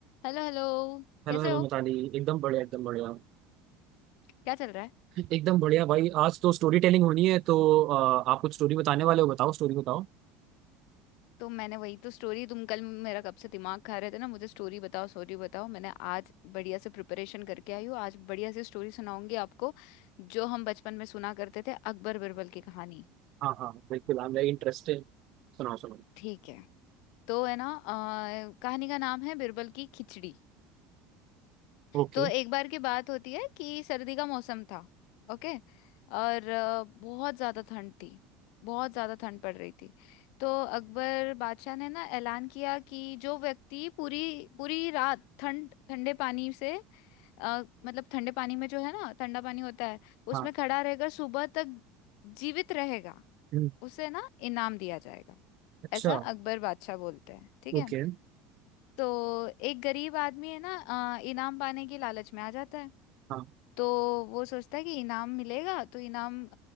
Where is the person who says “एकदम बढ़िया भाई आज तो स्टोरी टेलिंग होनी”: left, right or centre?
Right